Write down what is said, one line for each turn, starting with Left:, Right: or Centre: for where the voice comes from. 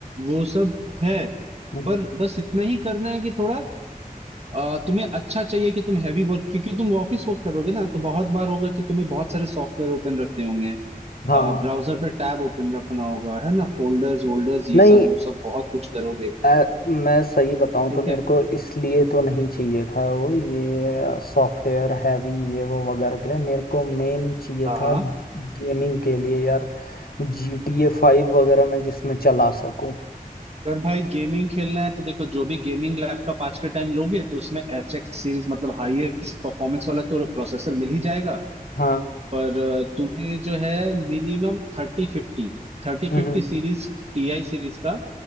Right: वो सब है
Left: हम्म,
Right: पर बस इतना ही करना है कि थोड़ा अ, तुम्हें अच्छा चाहिए कि तुम हैवी वर्क क्योंकि तुम ऑफिस वर्क करोगे ना तो बहुत बार होगा कि तुम्हें बहुत सारे सॉफ्टवेयर ओपन रखने होंगे
Left: हाँ
Right: ब्राउजर पे टैब ओपन रखना होगा है ना फोल्डर्स वोल्डर्स ये
Left: नहीं
Right: सब वो सब बहुत कुछ करोगे
Left: अ, मैं सही बताऊं
Right: ठीक
Left: तो मेरे
Right: है
Left: को इसलिए तो नहीं चाहिए था वो ये सॉफ्टवेयर हैवी ये वो वगैरह के लिए मेरे को मेन चाहिए
Right: हाँ
Left: था
Right: हाँ
Left: गेमिंग के लिए यार जी टी ए फाइव वगैरह मैं जिसमें चला सकूं
Right: अगर भाई गेमिंग खेलना है तो देखो जो भी गेमिंग लैपटॉप आज के टाइम लोगे तो उसमें एच एक्स सीरीज मतलब हाईएस्ट परफॉर्मेंस वाला तो प्रोसेसर मिल ही जाएगा
Left: हाँ
Right: पर अ, तुम्हें जो है minimum thirty fifty thirty
Left: हम्म,
Right: fifty series TI series का